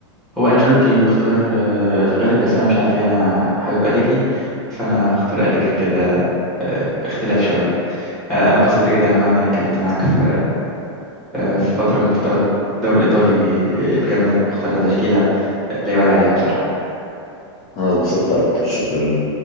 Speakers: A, in the centre; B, on the left (about 25°).
A: هو أنشيلوتي اختيار آه، الغالب بس أنا مش عارف ليه أنا حابب أليجري فأنا هختار أليجري كده آه، باختلاف شوية آه، أنا اتبسطت جدا يا محمد إن أنا اتكلمت معاك في آه، في فترة من فترات الدوري الإيطالي آه، الجامدة واخترنا تشكيلة لا يعلى عليها بصراحة
B: انا اتبسطت اكتر شكرا لك